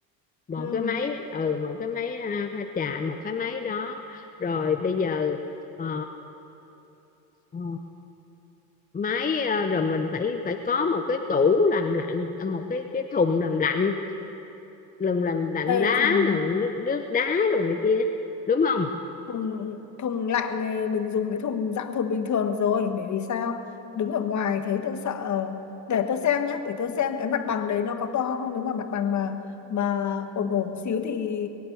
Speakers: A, on the left (about 15°); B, on the left (about 35°).
A: một
B: ừ
A: cái máy ừ một cái máy à, pha trà một cái máy đó rồi bây giờ ờ, ờ, máy à, rồi mình phải phải có một cái tủ làm lạnh à, một cái cái thùng làm lạnh làm làm lạnh
B: Ê,
A: đá
B: thùng
A: rồi nước nước đá rồi này kia đúng không
B: thùng thùng lạnh này mình dùng cái thùng dạng thùng bình thường được rồi bởi vì sao đứng ở ngoài thế tôi sợ ờ, để tôi xem nhé để tôi xem cái mặt bằng đấy nó có to không nếu mà mặt bằng mà mà ổn ổn xíu thì